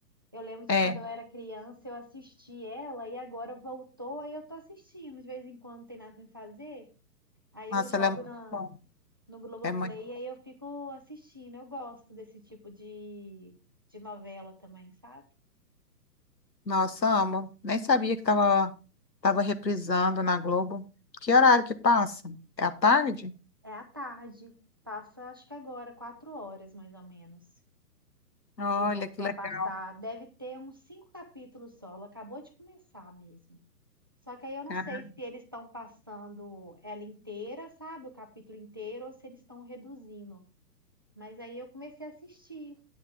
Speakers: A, on the right (about 15°); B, on the left (about 85°).
A: Eu lembro de
B: É,
A: quando eu era criança, eu assisti ela e agora voltou, aí eu tô assistindo de vez em quando, não tem nada pra fazer. Aí
B: nossa,
A: eu jogo
B: ela é muito
A: na,
B: bom.
A: no Globoplay
B: É muito...
A: e aí eu fico assistindo. Eu gosto desse tipo de, de novela também, sabe?
B: Nossa, amo. Nem sabia que tava, tava reprisando na Globo. Que horário que passa? É à tarde?
A: É à tarde. Passa, acho que agora, quatro horas mais ou menos,
B: Olha,
A: que voltou
B: que legal.
A: a passar. Deve ter uns cinco capítulos só. Ela acabou de começar mesmo. Só que aí eu não
B: cara.
A: sei se eles estão passando ela inteira, sabe? O capítulo inteiro, ou se eles estão reduzindo. Mas aí eu comecei a assistir,